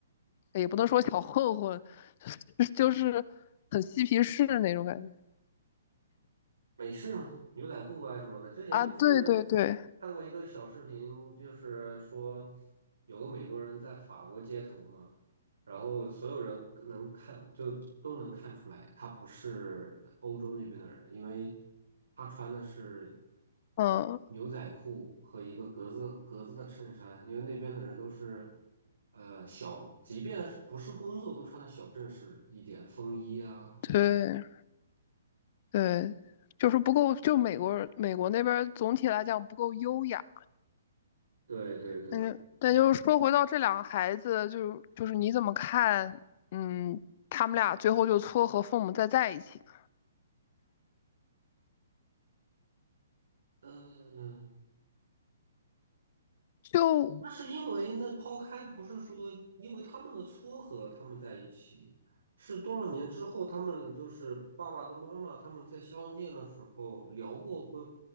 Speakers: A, on the left (about 45°); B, on the right (about 85°).
A: 也不能说小混混，<laughs> 就是很嬉皮士那种感觉
B: 美式嘛，牛仔裤啊什么的。之前就是
A: 啊，对对对，
B: 看过一个小视频，就是说有个美国人在法国街头嘛，然后所有人能看就都能看出来，他不是欧洲那边的人，因为他穿的是
A: 嗯，
B: 牛仔裤和一个格子格子的衬衫，因为那边的人都是。呃，小，即便是不是工作，都穿的小正式一点，风衣啊，什么什么。
A: 对对，就是不够，就美国美国那边儿总体来讲不够优雅。
B: 对对对。
A: 但是，但就是说，回到这两个孩子，就是就是你怎么看？嗯，他们俩最后就撮合父母再在一起呢？
B: 嗯，
A: 就
B: 那是因为那抛开不是说因为他们的撮合，他们在一起，是多少年之后，他们就是爸爸跟妈妈他们在相见的时候聊过关